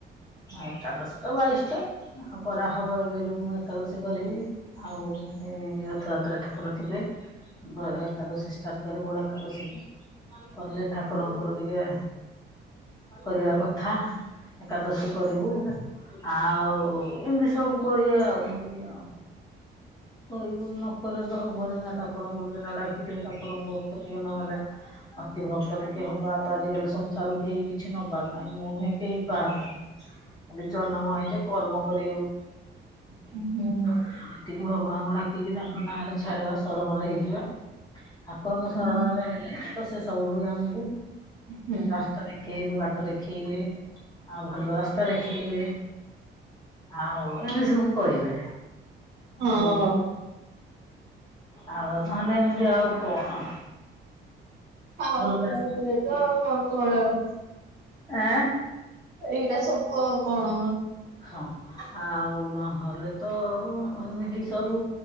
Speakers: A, on the left; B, on the right.
A: ଏଟା ଦଶଟା ବାଇଶ ଟା ଆଉ କରାହବ ଏବେଠୁ ମୁ ଏକାଦଶୀ କରିବି। ଆଉ ଏଇ ରଥଯାତ୍ରାରେ ଠାକୁର ଥିବେ ଏକାଦଶୀ ଷ୍ଟାର୍ଟ କରି ବଡ ଏକାଦଶୀ କଲେ ଠାକୁରଙ୍କର ଟିକେ କରିବା କଥା ଏକାଦଶୀ କରିବୁ। ଆଉ ଏମିତି ସବୁ କରିବେ ଆଉ ମୁଁ ଟିକେ ଆଉ। କହିବୁ ନକଲେ ତ ହବନି ନା ଠାକୁରଙ୍କୁ ଟିକେ ନ ଡାକିଲେ ଠାକୁରଙ୍କୁ ସେତିକି ନହେଲେ ଅତିଭକ୍ତ ଟିକେ ହବା ତ ଆଜିକାଲି ସଂସାରରୁ କେହି କିଛି ନ ପାରୁନାହିଁ ମୁଁ ନୁହେଁ କେହି କାହାର। ଆମେ ଜନ୍ମ ହେଇଚେ କର୍ମ କରିବା ବୋଲି।
B: ହୁଁ।
A: ଆଉ ଏତିକି ଭଗବାନଙ୍କୁ ଡାକିକି ତାଙ୍କ ନାଁ ରେ ଛାଡିବା ଶରଣରେ ହେଇଯିବା। ଠାକୁରଙ୍କ
B: ହୁଁ
A: ଶରଣରେ ହେଲେ ତ ସେ ସବୁୁଆଡୁକୁ ଆମକୁ
B: ହୁଁ।
A: ରାସ୍ତା ଦେଖ ଏବେ ବାଟ ଦେଖେଇବବେ ଆଉ ଭଲ ରାସ୍ତା ଦେଖେଇବେ। ଆଉ ଏମିତି ସବୁ କରିବେ
B: ହଁ
A: ଆଉ। ଆଉ ନହେଲେ ଏମିତି ଆଉ କଣ।
B: ଆଉ
A: ଭଲ ରାସ୍
B: କଣ ଏଇ ତ ଆଉ ଆଉ କଣ ଆଉ।
A: ଆଁ?
B: ଏଇଟା ସବୁ ଆଉ କଣ।
A: ହଁ ଆଉ ନହେଲେ ତ ଏମିତି ସବୁ।